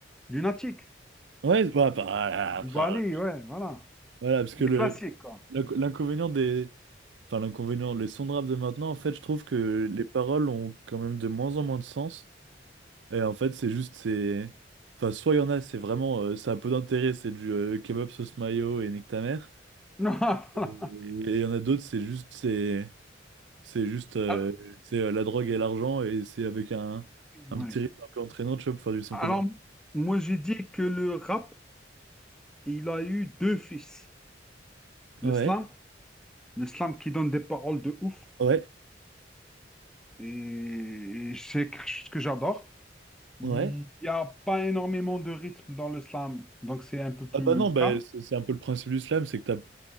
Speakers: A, in the centre; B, on the right.
A: Lunatique.
B: Ouais, bah, bah, ah,
A: Bouba
B: ah, frère,
A: Ali, ouais, voilà.
B: voilà, parce que le,
A: Des classiques, quoi.
B: l'inco- l'inconvénient des, enfin, l'inconvénient, les sons de rap de maintenant, en fait, je trouve que les paroles ont quand même de moins en moins de sens, Et en fait, c'est juste, c'est. Enfin, soit il y en a, c'est vraiment. euh, ça a peu d'intérêt, c'est du euh, kebab sauce mayo et nique ta mère.
A: <laughs> Voilà.
B: Et il y en a d'autres, c'est juste. C'est c'est juste. euh,
A: Alors,
B: c'est euh, la drogue et l'argent, et c'est avec un, un
A: ouais.
B: petit rythme un peu entraînant, tu vois, pour faire du son
A: Alors,
B: commercial
A: moi, j'ai dit que le rap, il a eu deux fils. Le
B: Ouais,
A: slam, le slam qui donne des paroles de ouf,
B: ouais,
A: et, c'est quelque chose que j'adore. Il
B: ouais.
A: n'y a pas énormément de rythme dans le slam, donc c'est un peu plus
B: Ah bah non, bah,
A: calme.
B: c'est c'est un peu le principe du slam, c'est que t'as